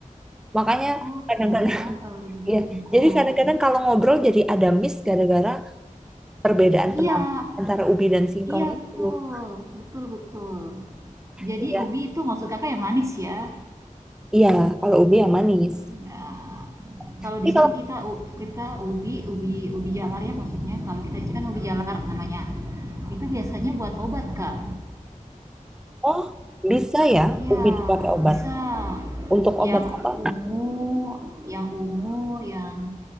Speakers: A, in the centre; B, on the right.
A: Makanya
B: Oh
A: kadang-kadang
B: tela
A: <laughs>
B: kalau di Jogja
A: ya.
B: singkong.
A: Jadi kadang-kadang kalau ngobrol jadi ada miss gara-gara perbedaan
B: Iya,
A: penampilan antara ubi dan singkong
B: iya
A: itu.
B: betul, betul betul. Jadi
A: Iya.
B: ubi itu maksud kakak yang manis ya?
A: Iya, kalau ubi yang manis.
B: Ya.
A: Tapi
B: Kalau di sini
A: kalau
B: kita u- kita ubi ubi ubi jalar ya maksudnya. Kalau kita di kan ubi jalar namanya. Itu biasanya buat obat kak.
A: oh, bisa ya
B: Iya,
A: ubi dipakai obat.
B: bisa.
A: Untuk
B: Yang
A: obat apa?
B: ungu, yang ungu, yang